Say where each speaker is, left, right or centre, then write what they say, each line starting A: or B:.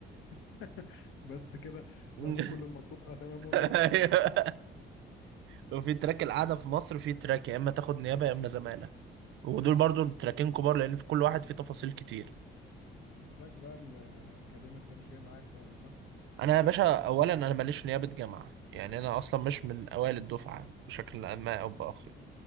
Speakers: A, on the left; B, on the right.
A: <laughs> بس كده
B: <laughs>
A: لو ده كل المطلوب أنا تمام والله
B: أيوه. وفي تراك القعده في مصر في تراك يا اما تاخد نيابه يا اما زماله ودول برضو تراكين كبار لان في كل واحد فيه تفاصيل كتير
A: وتراك بقى الأكاديميك ده مش جاي معاك خالص ها
B: انا يا باشا اولا انا ماليش نيابه جامعه يعني انا اصلا مش من اوائل الدفعه بشكل ما او باخر